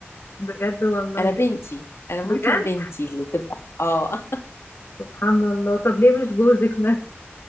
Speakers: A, on the left (about 60°); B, on the left (about 80°).
A: بجد والله
B: انا بنتي انا
A: بجد
B: ممكن بنتي اللي تبقى اه
A: سبحان الله طب ليه مش جوزك مثلا